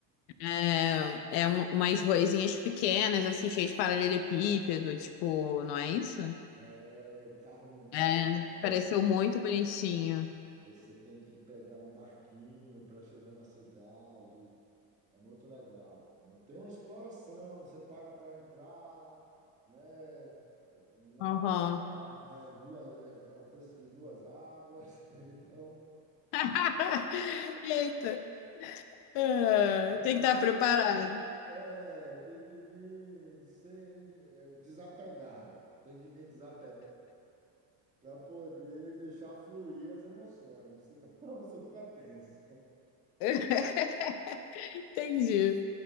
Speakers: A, on the left; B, on the right.
A: É, é um- umas ruazinhas pequenas, assim, cheias de paralelepípedo, tipo, não é isso?
B: É, o carro não
A: É,
B: passa, tá?
A: pareceu muito bonitinho.
B: Você tem que pegar um barquinho para chegar na cidade. É muito legal. É mu- Tem uma exploração, você paga para entrar, né? É Uma
A: Aham.
B: água, é, duas, é, é o preço de duas águas. <laughs> Então,
A: <laughs> Eita. Ah,
B: mas
A: tem que estar preparado.
B: é, tem que vir sem, é, desapegada. Tem que vir desapegada para poder deixar fluir as emoções, senão <laughs> você fica tenso.
A: <laughs> Entendi.